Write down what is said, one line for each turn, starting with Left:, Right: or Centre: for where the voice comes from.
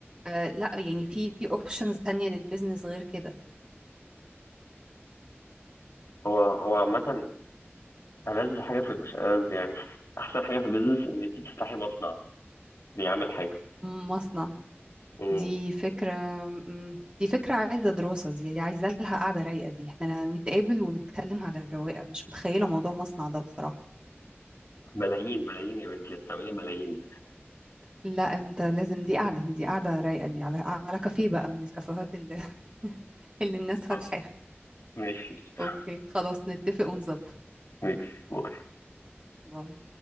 Right: آه، لا يعني في في أوبشنز تانية للبيزنس غير كده
Left: هو هو عامة ألذ حاجة في مش ألذ يعني <laughs> أحسن حاجة في البيزنس إن أنت تفتحي مصنع بيعمل حاجة
Right: مصنع
Left: امم
Right: دي فكرة مم، دي فكرة عايزة دراسة دي, دي عايزة لها قعدة رايقة دي احنا نتقابل ونتكلم على الرواقة مش متخيلة موضوع مصنع ده بصراحة
Left: ملايين ملايين يا بنتي هتعملي ملايين
Right: لا انت لازم دي قعدة دي قعدة رايقة دي على على كافيه بقى من الكافيهات اللي <laughs> اللي الناس فاتحاها
Left: خلاص. ماشي <laughs>
Right: اوكي خلاص نتفق ونظبط
Left: ماشي باي.
Right: باي